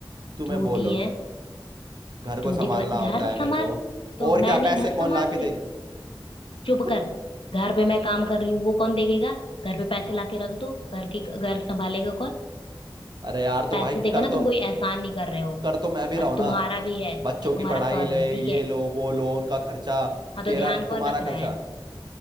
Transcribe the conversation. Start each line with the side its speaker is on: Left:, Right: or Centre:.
Right: तुम्हें
Left: झूठी
Right: बोलो
Left: हैं
Right: घर को
Left: झूठी
Right: संभालना
Left: तो है। घर
Right: होता है मेरे
Left: संभाल
Right: को
Left: तो
Right: और क्या
Left: मैं नहीं
Right: पैसे
Left: घर
Right: कौन
Left: संभाल
Right: ला के
Left: रही
Right: दे रही
Left: चुप
Right: तो
Left: कर घर पे मैं काम कर रही हूँ वो कौन देखेगा घर पे पैसे लाके रख दो घर की घर संभालेगा कौन
Right: अरे यार तो
Left: पैसे
Right: भाई कर
Left: देगा ना
Right: तो
Left: तुम कोई एहसान नहीं कर रहे हो
Right: कर तो मैं भी रहा
Left: और
Right: हूँ ना
Left: तुम्हारा भी है
Right: बच्चों
Left: ये
Right: की
Left: तुम्हारा
Right: पढ़ाई
Left: फर्ज
Right: ले
Left: है ठीक
Right: ये
Left: है
Right: लो वो लो उनका खर्चा
Left: हाँ तो
Right: तेरा
Left: ध्यान कौन
Right: तुम्हारा
Left: रख
Right: खर्चा
Left: रहा है